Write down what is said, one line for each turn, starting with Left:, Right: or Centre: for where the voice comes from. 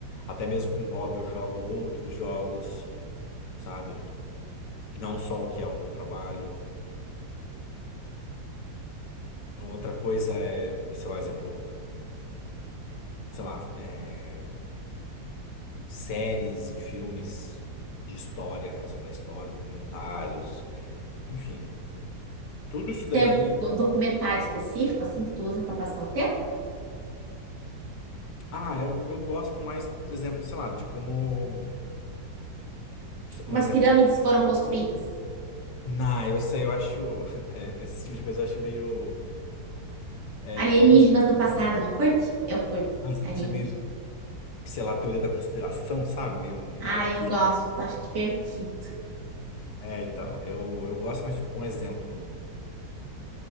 Left: até mesmo com hobby, eu jogo outros jogos, sabe? Não só o que é o meu trabalho. Outra coisa é, sei lá, exemplo, sei lá, é, séries e filmes de história, relacionada à história, documentários, enfim, tudo isso daí.
Right: Tem algum documentário específico assim que tu usa para passar o tempo?
Left: Ah, eu, eu gosto mais, exemplo, sei lá, de como.
Right: Como
Left: Um
Right: as
Left: exemplo.
Right: pirâmides foram construídas?
Left: Não, eu, isso aí eu acho. <laughs> é, esse tipo de coisa eu acho meio. é,
Right: Alienígenas
Left: não sei,
Right: do passado, não curte? Eu curto.
Left: mas
Right: Alienígena.
Left: é meio, sei lá, teoria da conspiração, sabe? Meio
Right: Ah,
Left: maluquice.
Right: eu gosto, acho divertido.
Left: É, então, eu, eu gosto mais, tipo, um exemplo.